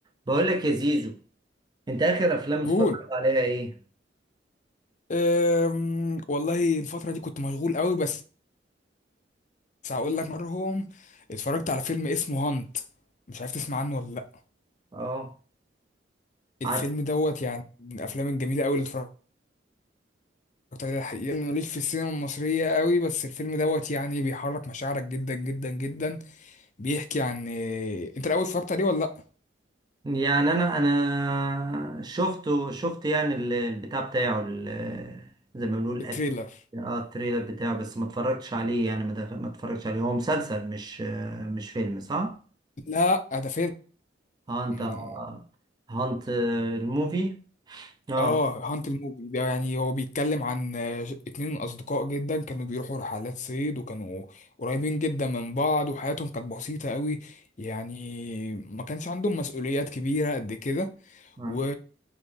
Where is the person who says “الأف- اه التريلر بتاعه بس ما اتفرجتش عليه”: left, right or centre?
Right